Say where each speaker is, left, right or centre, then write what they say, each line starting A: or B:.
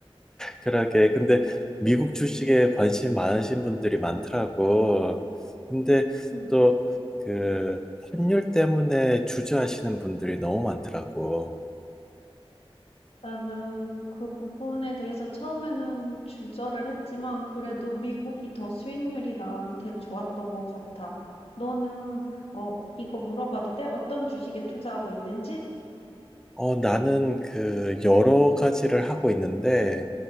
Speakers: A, in the centre; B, on the left.
A: 그러게. 근데 미국 주식에 관심 많으신 분들이 많더라고. 근데
B: 음.
A: 또 그 환율 때문에 주저하시는 분들이 너무 많더라고.
B: 나는 그 부분에 대해서 처음에는 주저를 했지만 그래도 미국이 더 수익률이 나한텐 좋았던 것 같아. 너는 어 이거 물어봐도 돼? 어떤 주식에 투자하고 있는지?
A: 어, 나는 그 여러 가지를 하고 있는데,